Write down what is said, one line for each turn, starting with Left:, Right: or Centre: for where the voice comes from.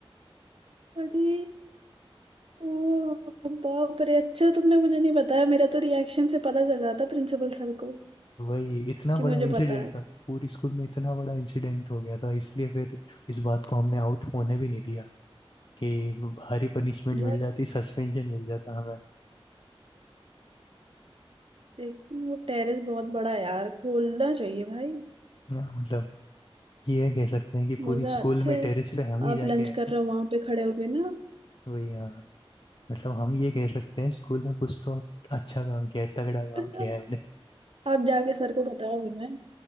Right: अरे ओ बाप रे अच्छा तुमने मुझे नहीं बताया मेरा तो रिएक्शन से पता चल जाता प्रिंसिपल सर को
Left: वही इतना
Right: कि
Left: बड़ा
Right: मुझे
Left: इंसिडेंट
Right: पता है
Left: था पूरी स्कूल में इतना बड़ा इंसिडेंट हो गया था इसलिए फिर इस बात को हमने आउट होने भी नहीं दिया कि भारी पनिशमेंट
Right: यार
Left: मिल जाती सस्पेंशन मिल जाता हमें
Right: देख वो टेरेस बहुत बड़ा है यार खोलना चाहिए भाई
Left: ना मतलब ये कह सकते हैं कि
Right: मजा
Left: पूरी स्कूल
Right: आता
Left: में
Right: है
Left: टेरेस पे हम ही
Right: आप
Left: जाके
Right: लंच
Left: आए
Right: कर रहे हो वहां पे खड़े होगे ना
Left: वही हाँ मतलब हम ये कह सकते हैं स्कूल में कुछ तो अच्छा काम किया है तगड़ा काम
Right: <laughs>
Left: किया है हमने
Right: आप जाके सर को बताओगे मैं